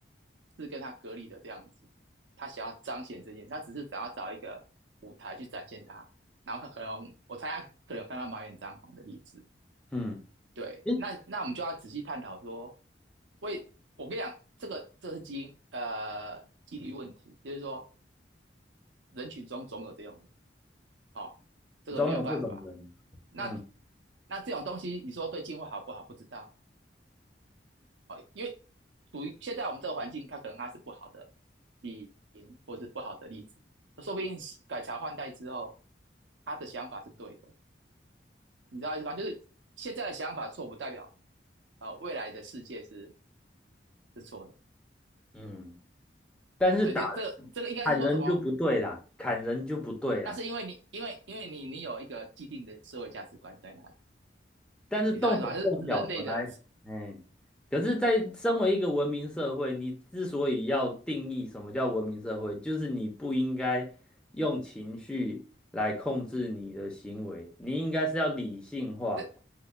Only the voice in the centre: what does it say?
嗯。
诶
总有这种人，
嗯
嗯，但是打
砍人就不对啦，砍人就不对啦。
但是动手动脚本来，
哎，可是，在身为一个文明社会，你之所以要定义什么叫文明社会，就是你不应该用情绪来控制你的行为，你应该是要理性化，